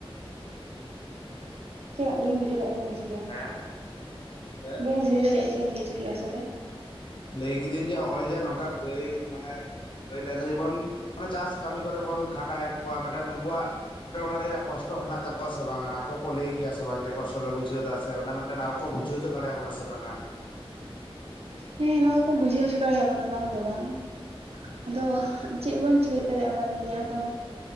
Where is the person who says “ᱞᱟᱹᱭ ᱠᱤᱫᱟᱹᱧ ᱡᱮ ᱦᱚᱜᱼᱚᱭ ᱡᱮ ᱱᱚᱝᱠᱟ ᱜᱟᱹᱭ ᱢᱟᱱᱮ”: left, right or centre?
Left